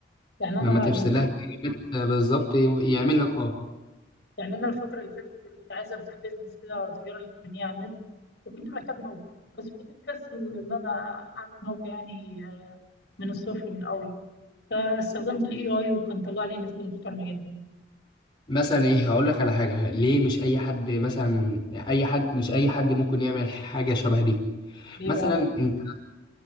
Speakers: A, on the left; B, on the left.
A: يعني انا
B: لما ترسلها كلمات بالظبط يعمل لك اه
A: يعني انا الفتره اللي فاتت كنت عايز افتح بيزنس كده تجاره الكترونيه على النت وكنت محتاج موقع بس كنت مكسل ان انا اعمل موقع يعني من الصفر من الاول فاستخدمت الاي اي وكان طلع لي نتيجه محترمه جدا
B: مثلا ايه هقول لك على حاجه ليه مش اي حد مثلا اي حد مش اي حد ممكن يعمل حاجه شبه دي
A: ليه
B: مثلا
A: بقى
B: انت